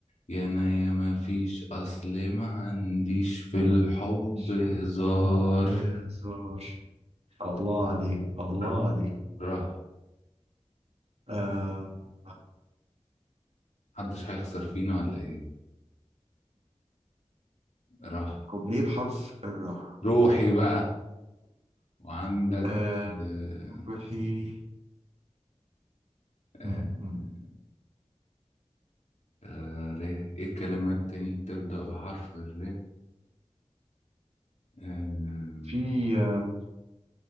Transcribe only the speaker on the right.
مش
في الحرب هزار الله عليك الله
عليك
آه.
كوبليه بحرف الراء
آه.
روحي
مم. مم.
في آه،